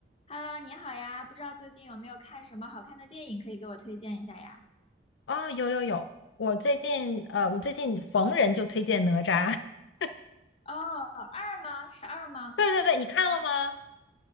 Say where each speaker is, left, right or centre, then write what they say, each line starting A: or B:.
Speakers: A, on the left; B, on the left.
A: Hello，你好呀，不知道最近有没有看什么好看的电影可以给我推荐一下呀？
B: 啊、有有有，我最近呃，我最近逢人就推荐哪吒。<laughs>
A: 哦，二吗？是二吗？
B: 对对对，你看了吗？